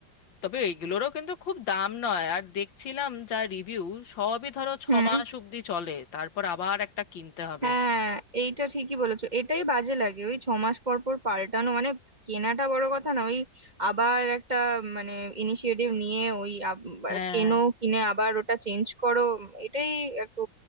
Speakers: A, on the left; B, on the right.
A: তবে এইগুলোরও কিন্তু খুব দাম নয় আর দেখছিলাম যা রিভিউ সবই ধরো ছ
B: হুম
A: মাস অব্দি চলে তারপর আবার একটা কিনতে হবে
B: হ্যাঁ এইটা ঠিকই বলেছো এটাই বাজে লাগে ওই ছ মাস পর পর পাল্টানো মানে কেনাটা বড় কথা না ওই আবার একটা মানে ইনিশিয়েটিভ নিয়ে ওই আব- বা-
A: হ্যাঁ
B: কেনো কিনে আবার ওটা চেঞ্জ করো এটাই একটু